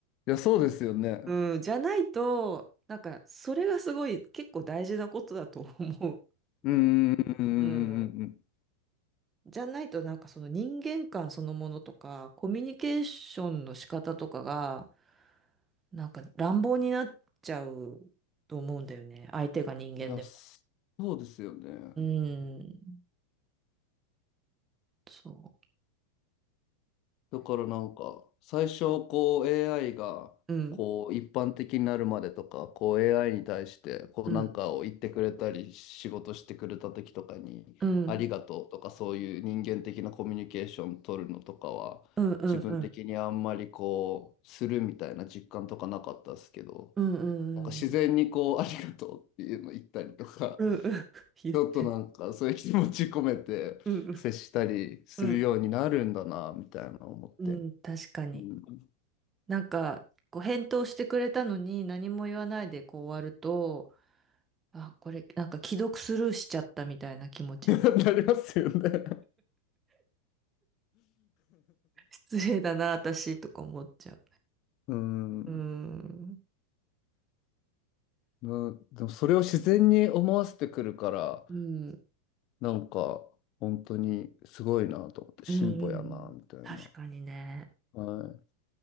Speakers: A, on the left; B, on the right.
A: いや、そうですよね。
B: うん、じゃないと、なんか、それがすごい、結構大事なことだと思
A: うん、うん、うん、うん、うん。
B: う。うん。
A: うんうん
B: じゃないとなんかその人間観そのものとか、コミュニケーションの仕方とかが、なんか乱暴になっちゃうと思うんだよね。相手が人間でも。
A: いや、そうですよね。
B: うん。そ
A: だからなんか、最初こう AI がこう一般的になるまでとか、
B: う。うん。
A: こう AI に対してこうなんかを言ってくれたり、
B: うん。
A: 仕事してくれた時とかに、
B: うん。
A: ありがとうとかそういう人間的なコミュニケーション取るのとかは、
B: うん。うん。
A: 自分的にあんまりこう、
B: うん。
A: するみたいな実感とかなかったですけど、
B: うん。う
A: なんか自然にこう、
B: ん。うんうん
A: ありがとうっていうの言ったりとか、
B: <laughs>
A: <laughs>
B: 言ってる。
A: ちょっとなんかそういう気持ち込めて接したりするようになるんだな、
B: うん。うん。
A: みたいな思って。
B: うん。確かに。
A: うん
B: なんか、こう返答してくれたのに何も言わないでこう終わると、あ、これなんか既読スルーしちゃったみたいな気持ちに。
A: <laughs> なりますよね
B: 失礼だな、私とか思っちゃう。
A: うん。
B: うーん。
A: な、でもそれを自然に思わせてくるから、
B: うん。
A: なんか、本当にすごいなと思って、
B: うんうんうん。
A: 進歩やな、みたいな。
B: 確かにね。
A: はい。